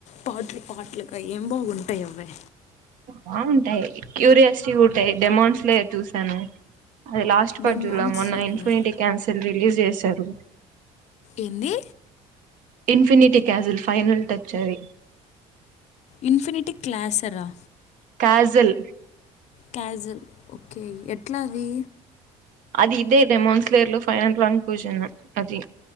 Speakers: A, on the left; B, on the right.
A: పాట్లు పాట్లు ఏం బావుంటాయి అవే
B: బాగుంటాయి క్యూరియాసిటీ కూడాట్టాయి డెమౌండ్స్ లే చూసాను అది లాస్ట్ పార్ట్
A: డెమాన్స్
B: జుల్లమ్ నా
A: గారు
B: ఇన్ఫినిటీ క్యాన్సిసల్ రీ లీస్ చేసారు
A: ఏంది
B: ఇన్ఫనిటీ క్యాజల్ ఫైనల్ టచ్ అది
A: ఇన్ఫనిటీ క్లాసరా
B: కాజల్
A: కజి ఓకే ఎట్లాది
B: అది ఇదే రెమోన్స్లేర్ లో ఫైనల్ వన్ పూజన్ అది